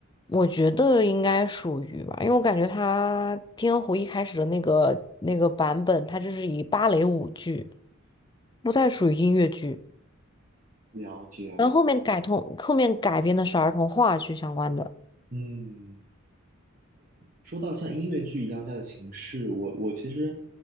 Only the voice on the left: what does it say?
我觉得应该属于吧，因为我感觉它《天鹅湖》一开始的那个那个版本，它就是以芭蕾舞剧，不再属于音乐剧。
然后后面改通，后面改编的是儿童话剧相关的，